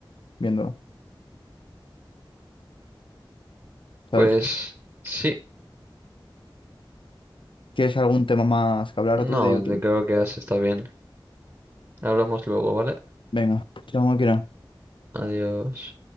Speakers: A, on the left; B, on the right.
A: viéndolo, ¿sabes?
B: Pues sí,
A: ¿Quieres algún tema más que hablar
B: No,
A: tú de YouTube?
B: de- creo que ya se está bien. Hablamos luego, ¿vale?
A: Venga, chao, máquina.
B: Adiós.